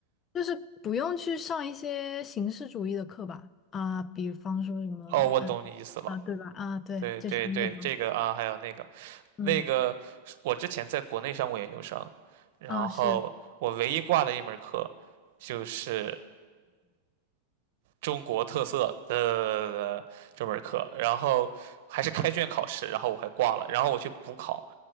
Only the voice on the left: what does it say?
就是不用去上一些形式主义的课吧，啊，比方说什么，
嗯啊，对吧？啊，对，
就是那种，
嗯
啊，是